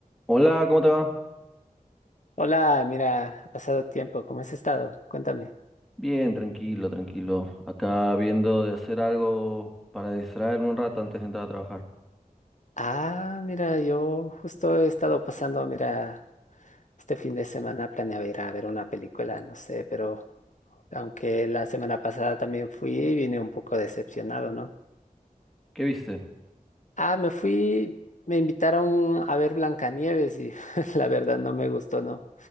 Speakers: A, in the centre; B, on the left (about 55°).
A: Hola, ¿cómo te va?
B: Hola, mira, ha pasado tiempo, ¿cómo has estado? Cuéntame.
A: Bien, tranquilo, tranquilo. Acá viendo de hacer algo para distraerme un rato antes de entrar a trabajar.
B: Ah, mira, yo justo he estado pasando, mira, este fin de semana planeaba ir a ver una película, no sé, pero aunque la semana pasada también fui, vine un poco decepcionado, ¿no?
A: ¿Qué viste?
B: Ah, me fui, me invitaron a ver Blancanieves y <laughs> la verdad no me gustó, ¿no?